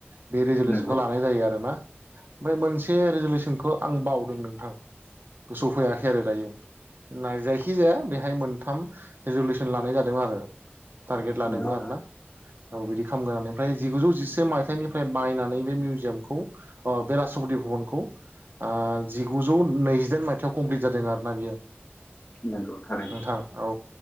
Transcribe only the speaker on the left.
नंगौ
नंगौ
नंगौ थारैनो